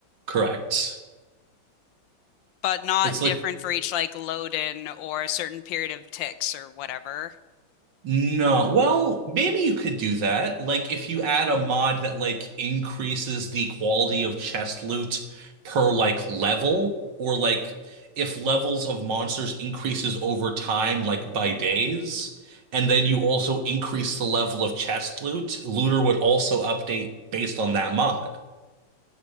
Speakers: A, on the right; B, on the left.
A: Correct.
B: But not
A: It's like
B: different for each like load-in or a certain period of ticks or whatever.
A: no. Well, maybe you could do that. Like if you add a mod that like increases the quality of chest loot per like level, or like if levels of monsters increases over time, like by days, and then you also increase the level of chest loot, looter would also update based on that mod.